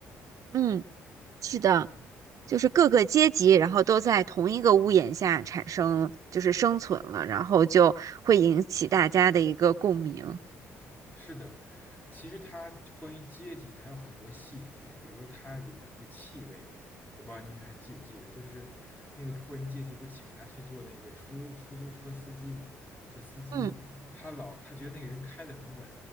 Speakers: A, on the right; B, on the left.
A: 嗯。是的，就是各个阶级，然后都在同一个屋檐下产生，就是生存了，然后就会引起大家的一个共鸣。
B: 是的，其实它关于阶级，它有很多细节，比如说它里面那个气味，我不知道你们还记不记得，就是那个富人阶级不请他去做那个出租出租车司机嘛，就司机他老他觉得那个人开的很稳，
A: 嗯。